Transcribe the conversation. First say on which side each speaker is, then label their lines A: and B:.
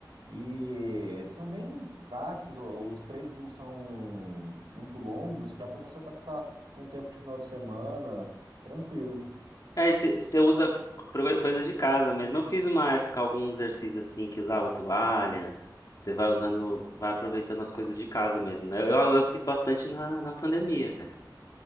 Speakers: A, on the right; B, on the left.
A: E eles são bem práticos, o- os treinos não são muito longos, dá para você adaptar num tempo de final de semana, tranquilo.
B: É, você usa pro- coisas de casa mesmo. Eu fiz uma época alguns exercícios assim que usava toalha. Você vai usando, vai aproveitando as coisas de casa mesmo, né? Eu, eu fiz bastante na, na pandemia.